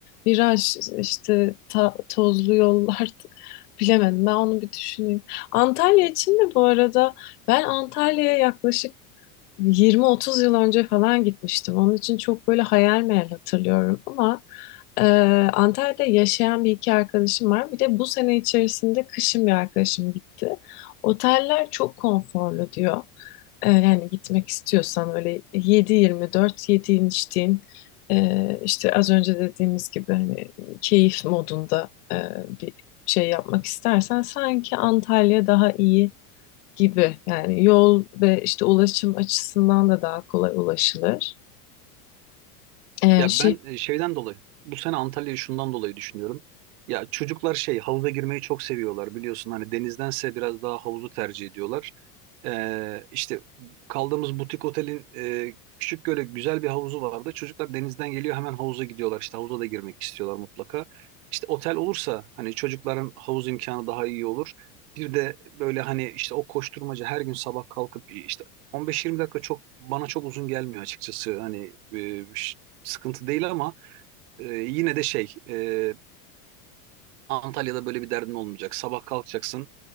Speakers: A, on the left (about 75°); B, on the right (about 70°).
A: viraj işte ta- tozlu yollar <laughs> bilemedim ben onu bir düşüneyim. Antalya için de bu arada ben Antalya'ya yaklaşık 20-30 yıl önce falan gitmiştim. Onun için çok böyle hayal meyal hatırlıyorum ama e, Antalya'da yaşayan bir iki arkadaşım var. Bir de bu sene içerisinde kışın bir arkadaşım gitti. Oteller çok konforlu diyor. E, yani gitmek istiyorsan öyle 7-24 yediğin içtiğin e, işte az önce dediğimiz gibi hani keyif modunda e, bir şey yapmak istersen sanki Antalya daha iyi gibi yani yol ve işte ulaşım açısından da daha kolay ulaşılır. Ee,
B: Ya
A: şey
B: ben e, şeyden dolayı bu sene Antalya'yı şundan dolayı düşünüyorum. Ya çocuklar şey havuza girmeyi çok seviyorlar biliyorsun hani denizdense biraz daha havuzu tercih ediyorlar. Ee, işte kaldığımız butik otelin e, küçük böyle güzel bir havuzu vardı. Çocuklar denizden geliyor hemen havuza gidiyorlar işte havuza da girmek istiyorlar mutlaka. İşte otel olursa hani çocukların havuz imkanı daha iyi olur. Bir de böyle hani işte o koşturmaca her gün sabah kalkıp işte 15-20 dakika çok bana çok uzun gelmiyor açıkçası. Hani e, sıkıntı değil ama e, yine de şey e, Antalya'da böyle bir derdin olmayacak. Sabah kalkacaksın,